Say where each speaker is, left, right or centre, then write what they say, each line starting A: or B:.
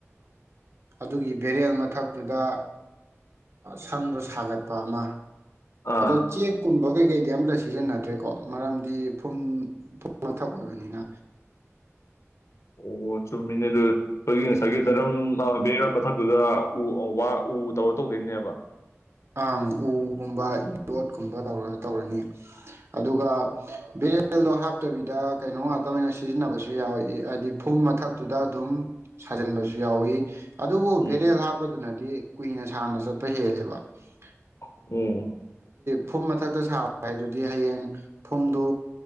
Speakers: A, on the right (about 55°); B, on the left (about 65°).
A: ꯑꯗꯨꯒꯤ ꯕꯦꯔꯦꯜ ꯃꯊꯛꯇꯨꯗ ꯁꯪꯗꯣ ꯁꯥꯒꯠꯄ ꯑꯃ
B: ꯑꯥ
A: ꯑꯗꯨꯣ ꯆꯦꯦꯛ ꯀꯨꯨꯝꯚ ꯀꯩ ꯀꯩꯗꯤ ꯑꯝꯇ ꯁꯤꯖꯤꯟꯅꯗ꯭ꯔꯦꯀꯣ ꯃꯔꯝꯗꯤ ꯐꯨꯝ ꯐꯨꯝ ꯃꯊꯛ ꯑꯣꯏꯕꯅꯤꯅ
B: ꯑꯣ ꯆꯨꯝꯃꯤꯅꯦ ꯑꯗꯨ ꯑꯩꯈꯣꯏꯒꯤ ꯉꯁꯥꯏꯒꯤ ꯙꯔꯃ ꯃꯊ ꯑꯗꯨꯗ ꯎ ꯋꯥ ꯎ ꯇꯧꯔ ꯇꯧꯗꯣꯏꯅꯦꯕ
A: ꯑꯪ ꯎꯒꯨꯝꯕ ꯌꯣꯠꯀꯨꯝꯕ ꯇꯧꯔ ꯇꯧꯔꯅꯤ ꯑꯗꯨꯒ ꯕꯦꯜꯗꯣ ꯍꯥꯞꯇꯕꯤꯗ ꯀꯩꯅꯣ ꯉꯥꯛꯇ ꯑꯣꯏꯅ ꯁꯤꯖꯤꯟꯅꯕꯁꯨ ꯌꯥꯎꯏ ꯍꯥꯏꯕꯗꯤ ꯐꯨꯝ ꯃꯊꯛꯇꯨꯗ ꯑꯗꯨꯝ ꯁꯥꯖꯤꯟꯕꯁꯨ ꯌꯥꯎꯏꯤ ꯑꯗꯨꯕꯨ
B: ꯎꯝ
A: ꯕꯦꯔꯦꯜ ꯍꯥꯞꯄꯗꯨꯅꯗꯤ ꯗꯤ ꯀꯨꯏꯅ ꯁꯥꯡꯅ ꯆꯠꯄ ꯍꯦꯜꯂꯦꯕ ꯑꯩꯗ
B: ꯑꯣ
A: ꯐꯨꯝ ꯃꯊꯛꯇ ꯁꯥꯕ ꯍꯥꯏꯗꯨꯗꯤ ꯍꯌꯦꯡ ꯐꯨꯝꯗꯨ